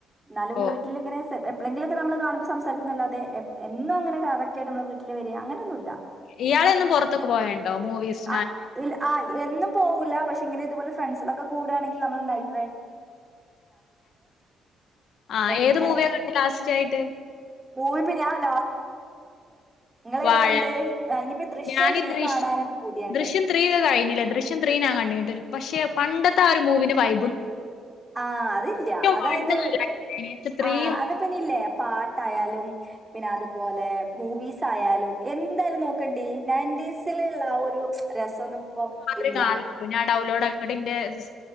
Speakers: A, on the right (about 20°); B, on the left (about 70°).
A: എന്നാലും
B: ഓ
A: വീട്ടിലിങ്ങനെ എപ്പേളെങ്കിലൊക്കെ നമ്മൾ കാണുമ്പോ സംസാരിക്കന്നല്ലതെ എ എന്നും അങ്ങനെ കറക്റ്റയിട്ട് നമ്മളെ വീട്ടില് വരിക അങ്ങനൊ ന്നുമല്ല
B: ഇയാളെന്നും പുറത്തൊക്കെ പോവയുണ്ടോ മൂവീസ്
A: ആ ഇല്ല ആ എന്നും പോവൂല്ല പക്ഷെ ഇങ്ങനെ ഇതുപോലെ ഫ്രണ്ട്സുകളൊക്കെ കൂടുകയാണെങ്കി നമ്മള് നൈറ്റ്‌
B: ആഹ് ഏത്
A: പിന്നെ
B: മൂവിയക്കണ്ടെ ലാസ്റ്റ് ആയിട്ട്
A: മൂവി ഇപ്പ ഞാൻ നിങ്ങളെതാ
B: വാഴല്ലേ
A: കണ്ടെ ആഹ് ഇനിയിപ്പ ദൃശ്യം
B: ഞാനീ
A: ത്രീ
B: ദൃശ്
A: കാണാനൊക്കെ പൂതിയുണ്ട്
B: ദൃശ്യം ത്രീ കഴിഞ്ഞില്ലേ ദൃശ്യം ത്രീനാ കണ്ടിട്ട് പക്ഷെ ക്ഷ പണ്ടത്തെ ആ മൂവിന്റെ വൈ
A: ആഹ് അതില്ല അതായത്
B: വണ്ണ് നല്ല അടിപൊളിയായിന് പക്ഷെ ത്രീ
A: ആഹ് അത് പിന്നെല്ലേ പാട്ടായാലും പിന്നെ അതുപോലെ മൂവീസ് ത്തയാലും എന്തായാലും നോക്കണ്ടി നിന്റീസിലുള്ള ഒരു രസമൊന്നും ഇപ്പം
B: മാത്രേ
A: ഇല്ല
B: <inaudible> ഡൗൺലോഡ് <inaudible>